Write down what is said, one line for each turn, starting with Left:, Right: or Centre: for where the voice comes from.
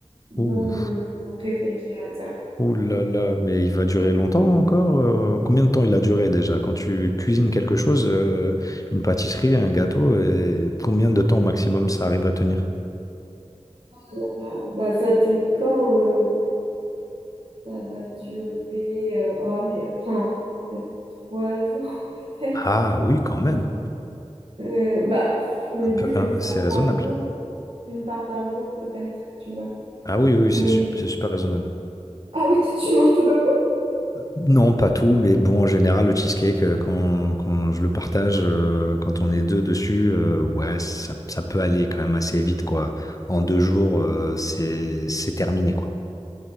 Right: dans
Left: Ouh,
Right: mon, mon réfrigérateur.
Left: Oh là là, mais il va durer longtemps encore? euh, combien de temps il a duré déjà? Quand tu cuisines quelque chose, euh, une pâtisserie, un gâteau, et combien de temps au maximum ça arrive à tenir?
Right: Là, bah, ça dépend, euh, ça va durer, euh, oh, mais, enfin, peut-être trois jours, <laughs> peut-être.
Left: Ah oui, quand même.
Right: Euh, bah, je me
Left: Un peu-
Right: dis une
Left: un-
Right: part
Left: C'est raisonnable.
Right: par jour, une part par jour, peut-être, tu vois.
Left: Ah oui, oui, oui,
Right: Mais
Left: c'est sup- c'est super raisonnable.
Right: Ah oui, toi, tu manges tout d'un coup? <laughs>
Left: Non, pas tout, mais bon, en général, le cheesecake, euh, quand, quand je le partage, euh, quand on est deux dessus, euh, ouais, ça, ça peut aller quand même assez vite, quoi. En deux jours, euh, c'est, c'est terminé, quoi.